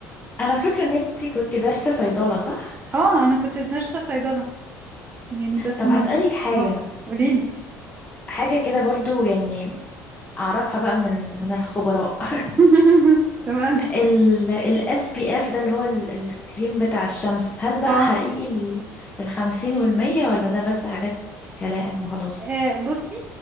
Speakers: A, on the left; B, on the right.
A: انا فاكرة ان انتي كنت دارسة صيدلة صح
B: اه انا كنت نرسة صيدلة يعني بس
A: طب
B: ما
A: هسألك حاجة
B: اه قوليلي
A: حاجة كده برضو يعني اعرفها بقى من من الخبراء <laughs>
B: <laughs> تمام
A: ال ال SPF ده اللي هو ال- الكريم بتاع الشمس هل بقى
B: اه
A: حقيقي ال الخمسين والمية ولا ده بس حاجات كلام وخلاص
B: آه، بصي